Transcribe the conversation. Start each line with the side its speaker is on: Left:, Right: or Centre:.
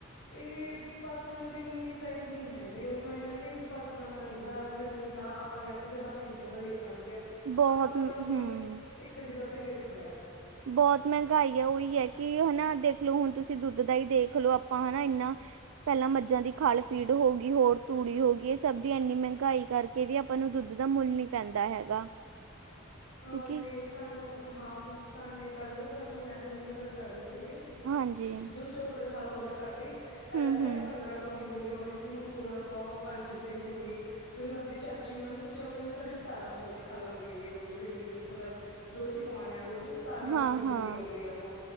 Left: ਇਹ ਫਸਲਾਂ ਦੀ ਉਨੀ ਪ੍ਰਾਈਜ਼ ਨੀ ਹੈਗੀ ਉਨਾ ਇਹਨਾਂ ਨੇ ਫਸਲਾਂ ਦਾ ਨੀ ਵਧਾਇਆ ਹੋਇਆ ਜਿੰਨਾ ਆਪਾਂ ਕਹਿ ਸਕਦੇ ਆਂ ਬਾਕੀ ਚੀਜ਼ਾਂ ਦਾ ਰੇਟ ਵੱਧ ਗਿਐ
Right: ਬਹੁਤ
Left: ਫਸਲਾਂ ਦਾ ਔਹੀ
Right: ਹੂੰ
Left: ਇੱਕ ਜਗ੍ਹਾ ਤੇ ਰੇਟ ਖੜਾ ਐ।
Right: ਬਹੁਤ ਮਹਿੰਗਾਈ ਐ ਔਹੀ ਐ ਕਿ ਹੈਨਾ ਦੇਖਲੋ ਹੁਣ ਤੁਸੀ ਦੁੱਧ ਦਾ ਈ ਦੇਖ ਲੋ ਆਪਾਂ ਹੈਨਾ ਇੰਨਾਂ ਪੈਲਾਂ ਮੱਝਾਂ ਦੀ ਖਲ, ਫੀਡ ਹੋ ਗੀ ਹੋਰ ਤੂੜੀ ਹੋ ਗੀ ਐ ਸਭ ਦੀ ਇੰਨੀ ਮਹਿੰਗਾਈ ਕਰਕੇ ਵੀ ਆਪਾਂ ਨੂੰ ਦੁੱਧ ਦਾ ਮੁੱਲ ਨੀ ਪੈਂਦਾ ਹੈਗਾ
Left: ਅ
Right: ਕਿਉਂਕਿ
Left: ਤੇ ਸਾਨੂੰ ਹਾਂ ਸਾਨੇ ਕੱਲ-ਪਰਸੋਂ ਮੈਂ ਤੇ ਮੰਮੀ ਗੱਲ ਕਰ ਰੇ ਸੀਗੇ
Right: ਹਾਂਜੀ
Left: ਜੋ ਚੋਕਰ ਖਲ ਆਉਂਦਾ ਸਾਡੇ ਪਹਿਲਾਂ
Right: ਹੂੰ
Left: ਸਾਡੇ
Right: ਹੂੰ
Left: ਪੰਦਰਾਂ ਸੌ ਦੀ ਬੋਰੀ ਆਦੀ ਸੀ ਹੁਣ ਸੋਲਾਂ ਸੌ ਪੰਜ ਰੁਪਏ ਦੀ ਹੋ ਗਈ ਜਦ ਮ ਆਪਦੀ ਚਾਚੀ ਉਹਨਾਂ ਨੂੰ ਪੁੱਛਿਆ ਉਹ ਕਹਿੰਦੀ ਸਾਡੇ ਸਤਾਰਾਂ ਸੌ ਦੀ ਖੱਲ ਆਂਦੀ ਹੈਗੀ ਰੋਜ਼ ਡੇਲੀ ਬੇਸ ਮਤਲਬ ਜੋ ਅਸੀਂ ਪਾਣੇ ਆ ਰੋਜ਼। ਸਤਾਰਾਂ
Right: ਹਾਂ
Left: ਸੌ ਦੀ
Right: ਹਾਂ
Left: ਬੂਰੀ ਆਦੀ ਆ ਉਹ